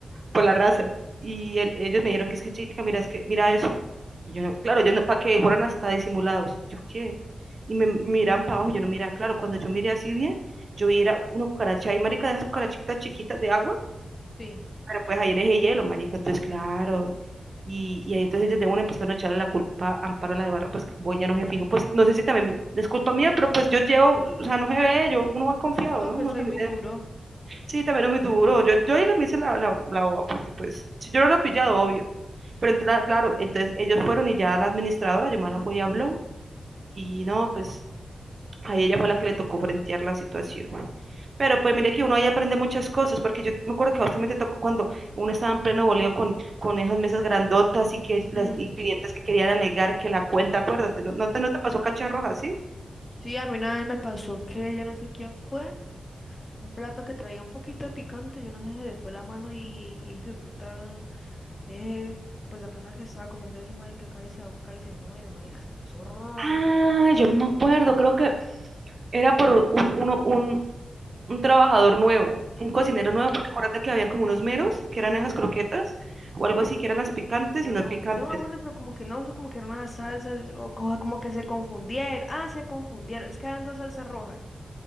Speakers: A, on the right; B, on the left.
A: por la raza. Y el, ellos me dijeron que es que chica, mira, es que mira eso. Y yo no, claro, yo no, para que fueran hasta disimulados. Yo qué. Y me miran para abajo, yo no mira, claro, cuando yo miré así bien, yo vi era una cucaracha ahí, marica, de esas cucarachitas chiquitas de agua,
B: Sí.
A: pero pues ahí era ese hielo, marica, entonces claro. Y, y ahí entonces ellos de una empezaron a echarle la culpa a Amparo la de Barra, pues como ella no se fijo, pues no sé si también es culpa mía, pero pues yo llevo, o sea, no se ve, yo, uno va confiado,
B: No,
A: ¿no?
B: pues
A: Uno también
B: ahí muy duro.
A: Sí, también es muy duro. Yo, yo ahí también hice la, la, la boba, porque pues, si yo no lo he pillado, obvio. Pero entonces, claro, entonces ellos fueron y ya la administradora, Yomara fue y habló, y no, pues ahí ella fue la que le tocó frentear la situación. Pero pues mire que uno ahí aprende muchas cosas, porque yo me acuerdo que justamente tocó cuando uno estaba en pleno boleo con, con esas mesas grandotas y que las
B: Mm,
A: y clientes que querían alegar que la cuenta, acuérdate, no,
B: sí.
A: no te, no te pasó cacharroja, ¿sí?
B: Sí, a mí una vez me pasó que yo no sé quién fue. un plato que traía un poquito de picante, yo no sé, se le fue la mano y, y hijo de puta, eh, pues la persona que estaba comiendo eso, marica, casi se ahoga, casi se muere, marica, se puso rojo.
A: Ah, yo no me acuerdo, creo que era por un, uno, un, un trabajador nuevo, un cocinero
B: Sí,
A: nuevo, porque acuérdate que habían como unos meros, que
B: sí.
A: eran esas croquetas, o algo así, que eran las picantes
B: Yo,
A: y no picantes.
B: yo no me acuerdo, pero como que no, como que era una salsa, o co- como que se confundieron. Ah, se confundieron. Es que habían dos salsas rojas.